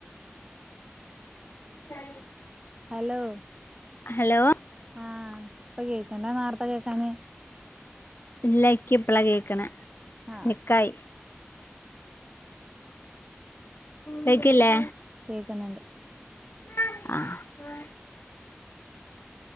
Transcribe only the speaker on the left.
<unintelligible>
ഹലോ
ഇല്ലാ ഇക്ക് ഇപ്പളാ കേക്ക്ണ്
സ്റ്റ്ക്കായി. കേയ്ക്ക്ല്ലേ?
ആഹ്.